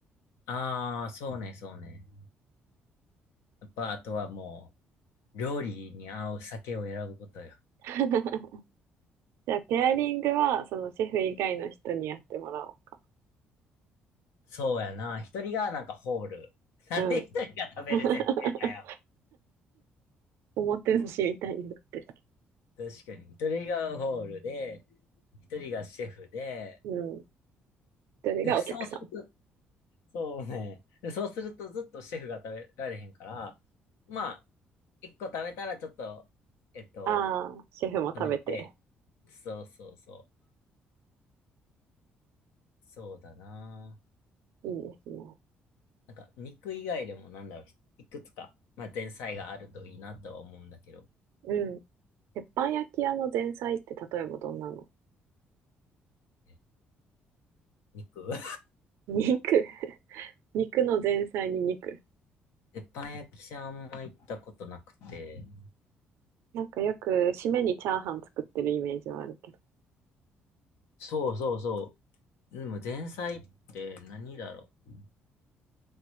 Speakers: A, on the left (about 85°); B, on the right (about 80°).
A: あ、あーそうね、そうね。やっぱ、あとはもう、料理に合う酒を選ぶことよ。
B: <laughs> じゃあ、ペアリングは、そのシェフ以外の人にやってもらおうか
A: そうやな。一人がなんかホール。なんで一人が食べる設定だよ。
B: な。うん。<laughs> おもてなしみたいになってるけ
A: 確かに。一人がホールで、一人がシェフで、
B: ど。うん。それがお客さん。
A: でそうすると、そうね。でそうするとずっとシェフが食べられへんから、まあ、一個食べたらちょっと、えっと、
B: ああ、シェフも食べて。
A: 止めて、そうそうそう。そうだな。
B: いいですね。
A: なんか、肉以外でもなんだろう、いくつか、まあ、前菜があるといいなとは思うんだけど、
B: うん。鉄板焼き屋の前菜って例えばどんなの
A: え肉 <laughs>
B: 肉。<laughs> 肉の前菜に肉。
A: 鉄板焼きじゃあんま行ったことなくて。
B: なんかよく、締めにチャーハン作ってるイメージはあるけど。
A: そうそうそう。でも前菜って何だろう。